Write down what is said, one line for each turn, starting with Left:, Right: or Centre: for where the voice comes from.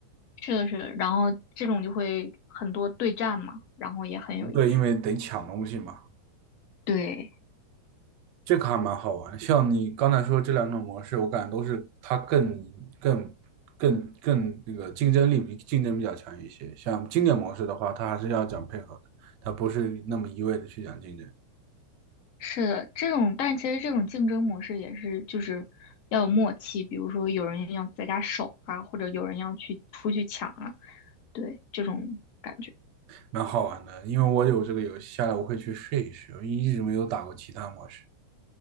Left: 是的，是的，然后这种就会很多对战嘛，然后也很有意思。
Right: 对，因为得抢东西嘛。
Left: 对，
Right: 这个还蛮好玩的像你刚才说这两种模式，我感觉都是它更更更更那个竞争力比竞争比较强一些。像经典模式的话，它还是要讲配合的，它不是那么一味的去讲竞争，
Left: 是的，这种，但其实这种竞争模式也是，就是要有默契，比如说有人要在家守啊，或者有人要去出去抢啊，对，这种感觉。
Right: 蛮好玩的。因为我有这个游戏下来，我会去试一试，我一直没有打过其他模式。